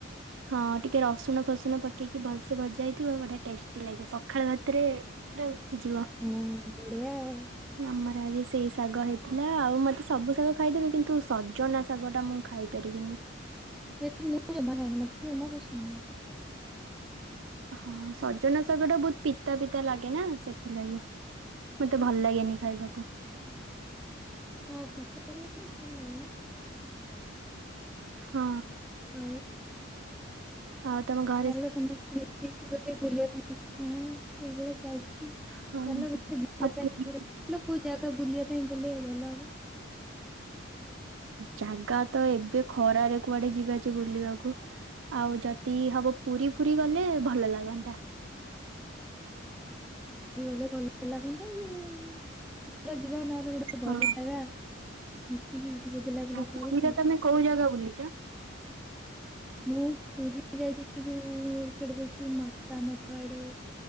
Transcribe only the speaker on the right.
ହଁ ଟିକେ ରସୁଣ ଫସୁଣ ପକେଇକି ଭଲସେ ଭଜା ହୋଇଥିବ ବଢିଆ ଟେଷ୍ଟି ଲାଗିବ ପଖାଳ ଭାତରେ ପୁରା ଉଠିଯିବ।
ଆମର ଆଜି ସେଇ ଶାଗ ହେଇଥିଲା ଆଉ ମତେ ସବୁ ଶାଗ ଖାଇଦେବି କିନ୍ତୁ ସଜନା ଶାଗଟା ମୁଁ ଖାଇ ପାରିବିନି
ହଁ ସଜନ ଶାଗଟା ବହୁତ ପିତା ପିତା ଲାଗେନା ସେଥିଲାଗି ମତେ
ଭଲ ଲାଗେନି ଖାଇବାକୁ
ହଁ।
ହଉ ତମ ଘ
ହଁ
ଆଉ ପୁରୀ
ଜାଗାତ ଏବେ ଖରାରେ କୁଆଡେ ଯିବାଯେ ବୁଲିବାକୁ ଆଉ ଯଦି ହବ ପୁରୀ ଫୁରୀ ଗଲେ ଭଲ ଲାଗନ୍ତା।
ହଁ।
ପୁରୀରେ
ତମେ କୋଉ ଜାଗା ବୁଲିଚ